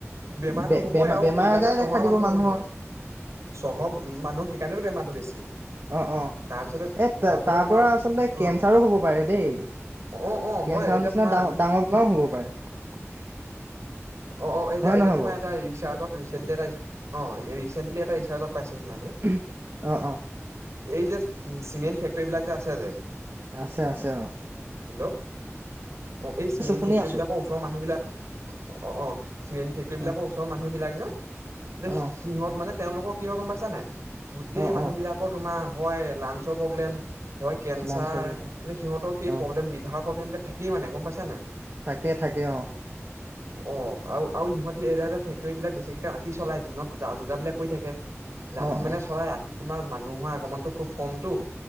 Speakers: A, on the right; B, on the right.
A: বেমাৰতটো
B: বে
A: হ'বই
B: বেমাৰ
A: আৰু
B: বেমাৰ
A: সেইকাৰণে
B: আজাৰে
A: চহৰ
B: দেখা দিব
A: মানুহে
B: মানুহৰ
A: অ চহৰ মানুহ সেইকাৰণে বেমাৰটো বেছি
B: অ অ
A: তাৰপিছতে
B: এই
A: তাৰপিছতে
B: তাৰ
A: তোমাৰ
B: পৰা আচলতে কেঞ্চাৰো
A: অ।
B: হ'ব পাৰে দেই
A: অ অ অ
B: কেঞ্চাৰৰ
A: হয় এতিয়া
B: নিচিনা
A: তোমাৰ
B: ডাঙ ডাঙৰ বেমাৰো হ'ব পাৰে।
A: অ অ এতিয়া
B: হয়
A: এতিয়া
B: নহয়
A: তোমাৰ
B: বাৰু
A: এটা ৰিচাৰ্জ। ৰিচণ্টলি এটা আহিছে। অ ৰিচণ্টলি এটা ৰিছাৰ্জত পাইছে সি হেদিনা
B: উম অঁ অঁ
A: এই যে চিমেণ্ট ফেক্টৰী বিলাক যে আছে যে
B: আছে আছে অ।
A: হেল্ল'। অ এই চিমেণ্ট
B: শুনি
A: ফেক্টৰী
B: আছোঁ
A: বিলাকৰ ওচৰৰ মানুহবিলাক অ অ চিমেণ্ট ফেক্টৰী বিলাকৰ
B: অঁ
A: ওচৰৰ মানুহ বিলাক যে এ সি
B: অঁ
A: সিহঁত মানে তেওঁলোকৰ কি হয় গম পাইছা নাই গোটেই
B: অঁ
A: মানুহ
B: অঁ
A: বিলাকৰ তোমাৰ হয় লা চ প্ৰব্লেম হয় কেঞ্চাৰ
B: লাঞ্চৰ প্ৰগ্ৰেম
A: মানে সিহঁতৰ সেই
B: অঁ
A: প্ৰব্লেম লিভাৰৰ প্ৰব্লেমবিলাক থাকেই মানে গম পাইছানে
B: থাকে থাকে অ
A: অ আৰু আৰু ইিহঁতে এ এ ফেক্টৰী বিলাক বিশেষকে ৰাতি চলাই দিনত যা যোগাৰ বিলাক কৰি থাকে ৰাতি
B: অঁ
A: মানে
B: অঁ
A: চলাই ৰাতি তোমাৰ মানুহৰ আগমনতটো খুব কমতটো